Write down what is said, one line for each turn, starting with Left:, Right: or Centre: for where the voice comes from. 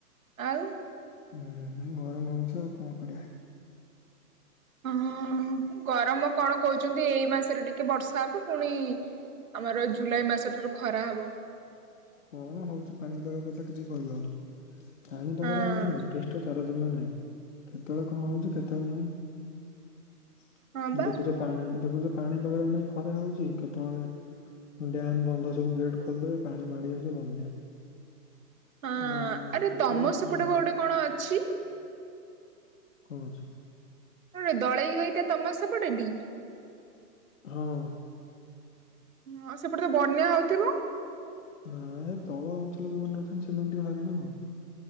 Right: ଆଉ।
Left: ହୁଁ ଗରମ ହଉଛି ଆଉ କଣ କରିବା।
Right: ହଁ ଗରମ କଣ କହୁଚନ୍ତି ଏଇ ମାସରେ ଟିକେ ବର୍ଷା ହବ ପୁଣି ଆମର ଜୁଲାଇ ମାସ ଠାରୁ ଖରା ହବ
Left: କଣ ହଉଛି ପାଣିପାଗ କଥା କିଛି କହିହବନି। ପାଣିପାଗ
Right: ହଁ
Left: ରେ ଆଉ କିଛି ନିର୍ଦ୍ଧିଷ୍ଟ ତାରତମ୍ୟ ନାହିଁ। କେତେବେଳେ କଣ ହଉଛି କେତେବେଳେ ନାହିଁ।
Right: ହଁ ବା
Left: ଦେଖୁଛ ପାଣି ଦେଖୁଛ ପାଣି ପାଗ ପାଇଁ ଖରା ହଉଛି, କେତେବେଳେ ଡ୍ୟାମ ବନ୍ଧ ସବୁ ଗେଟ୍ ଖୋଲିଦେବେ ପାଣି ମାଡ଼ି ଆସୁ ବନ୍ୟା
Right: ହଁ
Left: ଆଉ
Right: ଆରେ
Left: କେତେବେଳେ
Right: ତମ
Left: କଣ
Right: ସେପଟେବା
Left: ହବ?
Right: ଗୋଟେ କଣ ଅଛି?
Left: କଣ ଅଛି?
Right: ହେ ଦଳେଇ ଘାଇ ଟା ତମ ସେପଟେ ଟି?
Left: ହଁ।
Right: ହଁ ସେପଟେ ତ ବନ୍ୟା ହଉଥିବ?
Left: ନାଁ ଏ ତଳ ଅଞ୍ଚଳ ରେ ଯୋଉମାନେ ରହୁଛନ୍ତି ସେମାନେ ଟିକେ ହଇରାଣ ଆଉ।